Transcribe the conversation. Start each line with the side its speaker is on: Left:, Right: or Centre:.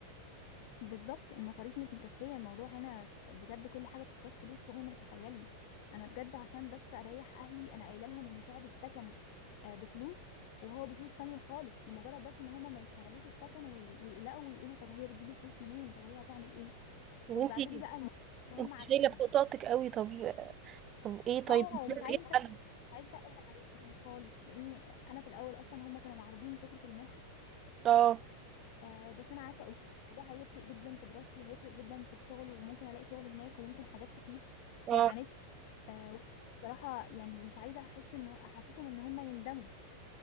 Left: بالظبط المصاريف مش مكفية الموضوع هنا بجد كل حاجة بتحتاج فلوس فوق ما تتخيلي أنا بجد عشان بس أريح أهلي أنا قايلة لهم إن سعر السكن آه، بفلوس وهو بفلوس تانية خالص لمجرد بس إن هما ما يستغلوش السكن وي- ويقلقوا ويقولوا طب هي بتجيب الفلوس منين طب هي هتعمل إيه
Right: يعني
Left: وبيبعتوا
Right: انتي
Left: لي بقى المصاريف اللي
Right: انتي
Left: هما عارفينها
Right: شايلة فوق طاقتك قوي طب طب ايه طيب
Left: اه
Right: انتي
Left: ومش
Right: شايفة
Left: عايزة
Right: ايه
Left: أتق-
Right: الحل؟
Left: مش عايزة أقل عليهم خالص لأني أنا في الأول أصلا هما كانوا معارضين فكرة المنحة
Right: اه
Left: آه بس انا قعدت اقول الموضوع هيفرق جدا في دراستي وهيفرق جدا في الشغل وممكن الاقي شغل هناك وممكن حاجات كتير
Right: اه
Left: وعانيت آه بصراحه يعني مش عايزه احس ان احسسهم ان هم يندموا